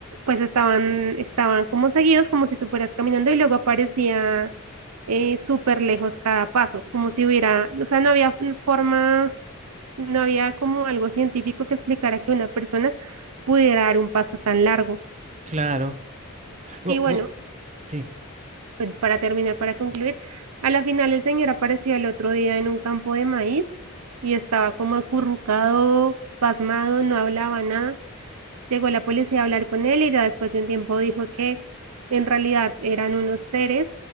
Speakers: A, on the right; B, on the right.
A: pues estaban, estaban como seguidos, como si tú fueras caminando y luego aparecía eh, súper lejos cada paso, como si hubiera, o sea, no había forma no había como algo científico que explicara que una persona pudiera dar un paso tan largo.
B: claro. Bo-
A: Y bueno,
B: bo- sí.
A: pues para terminar, para concluir, a la final el señor apareció el otro día en un campo de maíz y estaba como acurrucado, pasmado, no hablaba nada. Llegó la policía a hablar con él y ya después de un tiempo dijo que en realidad eran unos seres